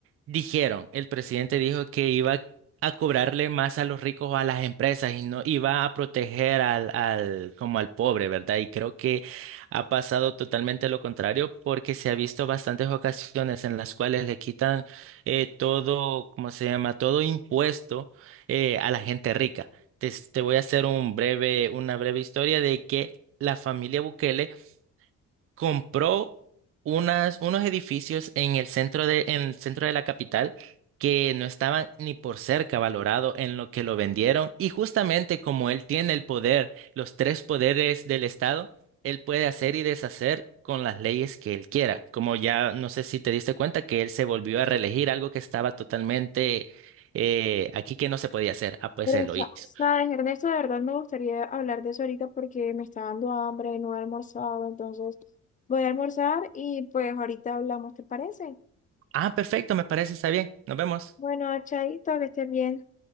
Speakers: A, on the right (about 50°); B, on the left (about 25°).
A: dijeron, el presidente dijo que iba a cobrarle más a los ricos o a las empresas y no iba a proteger al, al, como al pobre, ¿verdad? Y creo que ha pasado totalmente lo contrario porque se ha visto bastantes ocasiones en las cuales le quitan eh, todo, ¿cómo se llama? Todo impuesto eh, a la gente rica. Te, te voy a hacer un breve, una breve historia de que la familia Bukele compró unas, unos edificios en el centro de, en el centro de la capital que no estaban ni por cerca valorado en lo que lo vendieron. Y justamente como él tiene el poder, los tres poderes del Estado, él puede hacer y deshacer con las leyes que él quiera. Como ya no sé si te diste cuenta que él se volvió a reelegir algo que estaba totalmente eh, aquí que no se podía hacer. Ah, pues
B: Pero,
A: él
B: sa-
A: lo hizo.
B: sabes, Ernesto, de verdad me gustaría hablar de eso ahorita porque me está dando hambre, no he almorzado, entonces voy a almorzar y pues ahorita hablamos, ¿te parece?
A: Ah, perfecto, me parece, está bien. Nos vemos.
B: Bueno, chaito, que estés bien.